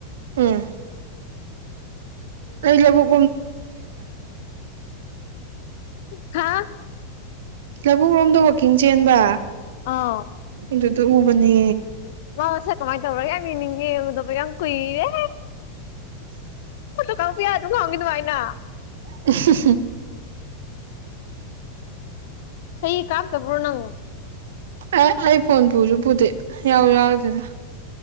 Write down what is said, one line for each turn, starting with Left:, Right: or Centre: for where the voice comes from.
Right: ꯎꯝ ꯑꯩ ꯂꯕꯨꯛ
Left: ꯍꯥ
Right: ꯂꯧꯕꯨꯛ ꯂꯣꯝꯗ ꯋꯥꯛꯀꯤꯡ ꯆꯦꯟꯕ
Left: ꯑ
Right: ꯑꯗꯨꯗ ꯎꯕꯅꯤ
Left: ꯃꯥ ꯃꯁꯥꯛ ꯀꯃꯥꯏ ꯇꯧꯔꯒꯦ ꯌꯥꯝ ꯌꯦꯡꯅꯤꯡ ꯎꯗꯕ ꯌꯥꯝ ꯀꯨꯏꯔꯦ ꯀꯥꯎ ꯄ ꯌꯥꯗꯔ ꯉꯥꯍꯟꯒꯤ ꯑꯗꯨꯃꯥꯏꯅ
Right: <inaudible>
Left: ꯍꯤ ꯀꯥꯞꯇꯕ꯭ꯔꯣ ꯅꯪ
Right: ꯑꯦ ꯑꯩ ꯐꯣꯟ ꯄꯨꯁꯨ ꯄꯨꯗꯦ ꯌꯥꯎ ꯌꯥꯎꯗꯅ